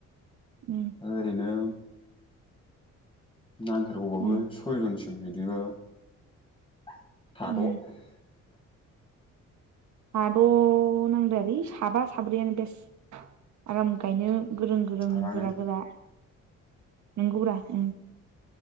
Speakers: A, on the right (about 70°); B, on the left (about 20°).
A: उम
B: ओरैनो नांथारगौबाबो
A: उम
B: सयजनस बेबायदि बाबा थाद'
A: उम साद' नांद्रायालै साबा साब्रैयानो बेस आराम गायनो। गोरों गोरों
B: साबानो
A: गोरा गोरा नंगौब्रा उम